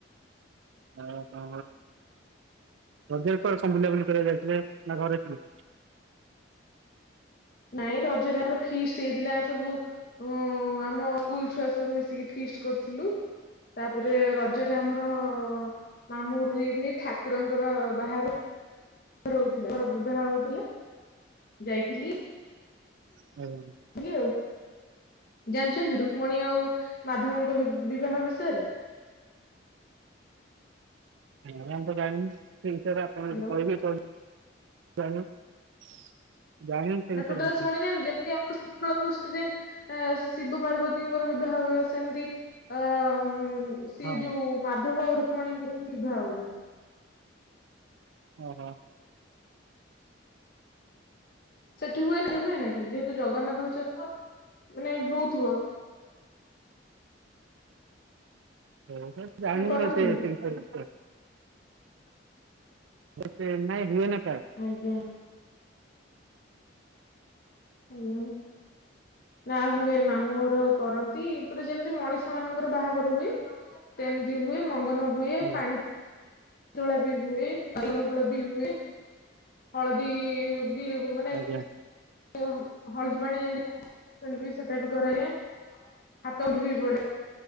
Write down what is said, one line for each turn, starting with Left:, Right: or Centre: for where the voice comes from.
Right: <unintelligible> ହଜରେ କ ବୁଲାପୁଲି କରିବା ଯାଇଥିଲେ ନା ଘରେଇଥିଲେ।
Left: ନାଇଁ ରଜରେ ଆମର ଫିଷ୍ଟ ହେଇଥିଲା ସବୁ ହ ଆମ ସ୍କୁଲ ଛୁଆ ସବୁ ମିଶିକି ଫିଷ୍ଟ କରିଥିଲୁ। ତାପରେ ରଜରେ ଆମର ମାମୁଁ ଘରୁ ହୋଇଥାଇ ଠାକୁରଙ୍କର ବାହାଘର ରହୁଥିଲେ ବିବାହ ହଉଥିଲେ। ଯାଇଥିଲି।
Right: <inaudible>
Left: ଆଉ ଜାଣିଛନ୍ତି? ରୁକ୍ମଣୀ ଆଉ ମାଧବଙ୍କ ବିବାହ ବିଷୟରେ।
Right: ହଁମ ତ ଜାଣିନି ସେଇ ବିଷୟରେ ଆପଣ
Left: ହ୍ୟାଲୋ
Right: ଯଦି କହିବେ ଚାହୁଛନ୍ତି। <inaudible>
Left: ନା ଟୋଟଲ
Right: କିଛି
Left: ଶଣି ନାହାନ୍ତି। ଯେମିତି ଆମର ଶୀତଳ ସଷ୍ଟିରେ ଆ ଶିବ ପାର୍ବତୀଙ୍କର ବିବାହ ହୁ ସେମିତି ଅ ସିଏ
Right: ହଁ
Left: ଯୋଉ ମାଧବ ଆଉ ରୁକ୍ମଣୀଙ୍କର ହିଁ ବିବାହ ହୁଏ।
Right: ଓହୋ।
Left: ସେଠି ହୁଏନ ହୁଏ ନ କି ଯେହେତୁ ଜଗନ୍ନାଥଚର ମାନେ ହଉଥିବ।
Right: ହଉ ସ ଜାଣିନିନ
Left: ନା କରନ୍ତିନି
Right: ସେ ଏ ମତେ ନାଇଁ ହୁଏ ନା କା
Left: ଆଜ୍ଞା। ହ ନା ହୁଏ ମାମୁଁ ଘର କରନ୍ତି ପୁରା ଯେମିତି ମଣିଷ ମାନଙ୍କର ବାହାଘର ହୁଏ ସେମିତି ହୁଏ। ମଙ୍ଗନ ହୁଏ। ହୁଏ।
Right: ଆଜ୍ଞା
Left: ପାଣି ତୋଳା ବି ହୁଏ ରାଇମଗୂଳ ବି ହୁଏ ହଳଦୀ ବି ମାନେ
Right: ଆଜ୍ଞା।
Left: ଯୋଉ ହଳଦୀ ପାଣି ଯେମିତି <inaudible> ସେଟା ବି କରାଯାଏ ହାତ ଗଣ୍ଠି ବି ପଡେ।